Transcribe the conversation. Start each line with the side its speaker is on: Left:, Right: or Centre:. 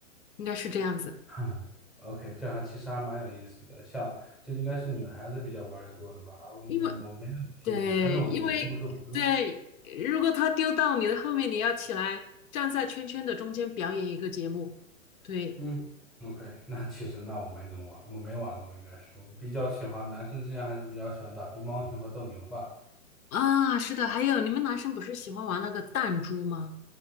Left: 应该是这样子。
Centre: <laughs> OK，这还其实还蛮有意思的。像这应该是女孩子比较玩的多的吧？因为我没怎么听过，
Left: 因为对，
Centre: 但是我就听过这首歌。
Left: 因为对，如果他丢到你的后面，你要起来站在圈圈的中间表演一个节目。对
Centre: 嗯，OK，<laughs> 那其实那我没怎么玩，我没玩过，应该是我比较喜欢男生之间还是比较喜欢打乒乓球和斗牛吧。
Left: 啊，是的，还有你们男生不是喜欢玩那个弹珠吗？